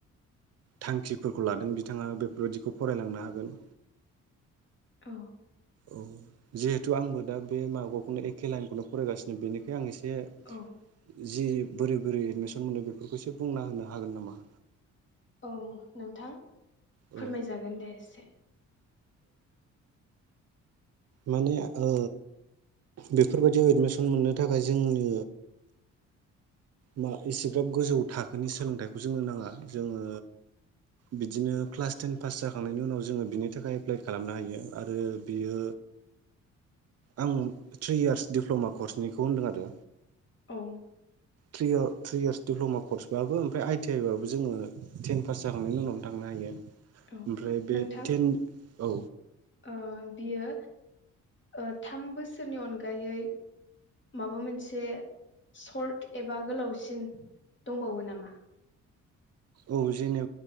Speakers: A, on the right; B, on the left.
A: थांखिफोरखौ लादों बिथाङा बेफोरबायदिखौ फरायलांनो हागोन।
B: औ।
A: औ जिहेथु आंबो दा बे माबाखौनो एखे लाइनखौनो फरायगासिनो बेनिखाय आं एसे <unintelligible>
B: औ
A: जि बोरै बोरै एडमिसन मोनो बेफोरखौ एसे बुंना होनो हागोन नामा।
B: औ नोंथां।
A: औ
B: फोरमायजागोन दे एसे
A: माने ओ बेफोरबायदियाव एडमिसन मोननो थाखाय जोंनो मा एसेग्राब गोजौ थाखोनि सोलोंथाइखौ जोंनो नाङा जोङो बिदिनो क्लास टेन पास जाखांनायनि उनाव जोङो बिनि थाखाय एप्लाइ खालामनो हायो आरो बियो आं थ्रि यार्स दिप्लमा कर्सनिखौ होनदों आरो
B: औ
A: थ्रि इयार्स दिप्लमा कर्स बाबो ओमफ्राय आइ-टि-आइ बाबो जोङो टेन पास जाखांनायनि उनावनो थांनो हायो।
B: औ
A: ओमफ्राय बे
B: नोंथां।
A: टेन औ
B: ओ बियो ओ थाम बोसोरनि अनगायै माबा मोनसे सर्ट एबा गोलावसिन दंबावो नामा।
A: औ जेने